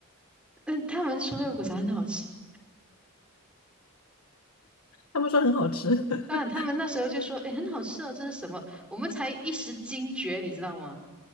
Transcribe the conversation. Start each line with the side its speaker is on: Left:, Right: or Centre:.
Centre: 嗯，他们说肉骨茶很好吃。
Left: 他们说很好吃。<laughs>
Centre: 啊，他们那时候就说：“哎，很好吃哦，这是什么？”我们才一时惊觉，你知道吗？